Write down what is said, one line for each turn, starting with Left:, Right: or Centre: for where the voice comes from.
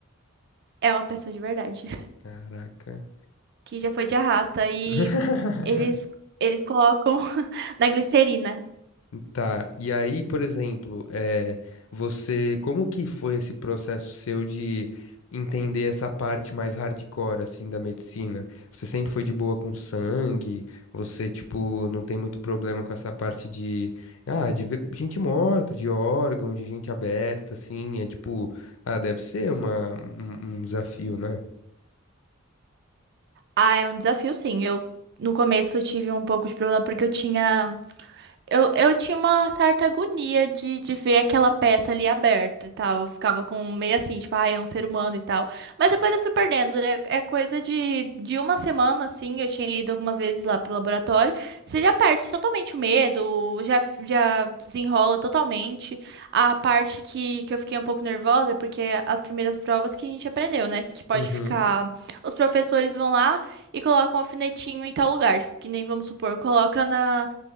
Right: é uma pessoa de verdade
Left: Caraca.
Right: <laughs> que já foi de arrasta e
Left: <laughs>
Right: eles eles colocam <laughs> na glicerina.
Left: Tá, e aí, por exemplo, é, você, como que foi esse processo seu de entender essa parte mais hardcore, assim, da medicina? Você sempre foi de boa com sangue? Você, tipo, não tem muito problema com essa parte de, ah, de ver gente morta, de órgão, de gente aberta, assim, é tipo, ah, deve ser uma, um, um desafio, né?
Right: Ah, é um desafio, sim. Eu no começo eu tive um pouco de problema porque eu tinha Eu, eu tinha uma certa agonia de, de ver aquela peça ali aberta e tal. Eu ficava com meio assim, tipo, ah, é um ser humano e tal. Mas depois eu fui perdendo. É, é coisa de, de uma semana, assim. Eu tinha ido algumas vezes lá pro laboratório. Você já perde totalmente o medo, já, já desenrola totalmente. A parte que, que eu fiquei um pouco nervosa, é porque as primeiras provas que a gente aprendeu, né? Que pode
Left: Uhum.
Right: ficar. Os professores vão lá e colocam um alfinetinho em tal lugar. Tipo, que nem vamos supor, coloca na